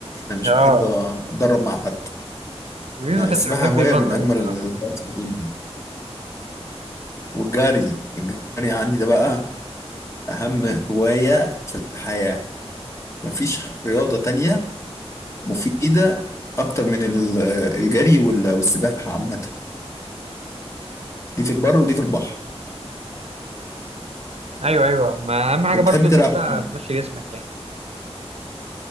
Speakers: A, on the left; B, on the right.
A: أنا مش
B: اه
A: بحب أتدرب مع حد
B: مين
A: يعني
B: ما كانش
A: السباحة
B: بيحب
A: هواية
B: يبطل
A: من أجمل
B: الصراحه
A: الهوايات في الدنيا والجري الجري عندي ده بقى أهم هواية في الحياة مفيش رياضة تانية مفيدة أكتر من ال- الجري وال- والسباحة عامة دي في البر ودي في البحر
B: ايوه ايوه ما اهم حاجه
A: أنت
B: برضو
A: بتحب تلعب
B: ان انت
A: إيه؟
B: تمشي جسمك يعني